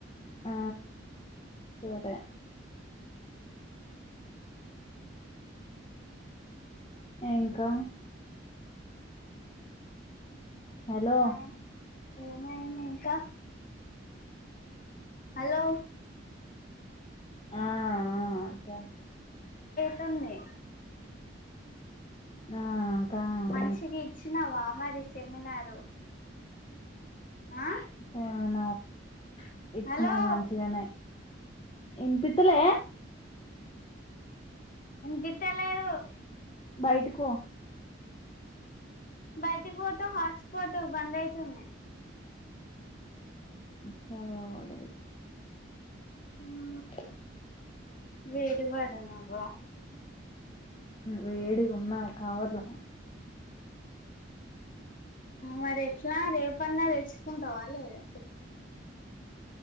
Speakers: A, on the left; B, on the left.
A: ఆ సరే ఇంకా హలో
B: ఏమైంది ఏమైంది ఇంకా హలో
A: ఆ అసే
B: తుంది
A: ఆ కానీ
B: మంచిగా ఇచ్చినావా మరి సెమినారు ఆ
A: సెమినార్ ఇచ్చినా
B: హలో
A: మంచిగానే ఇన్పితలే
B: ఇన్పితలేదు
A: బయటికో
B: బయటికి పోత హాట్స్పాట్ బంద్ అయితుంది
A: చాలా వాడయితే
B: ఉ
A: ఆ
B: వేడి వడ నవ్వ
A: వేడిగా ఉన్నా కావర్లా
B: మరి ఎట్లా రేపన్నా తెచ్చుకుంటావాలేదా చెప్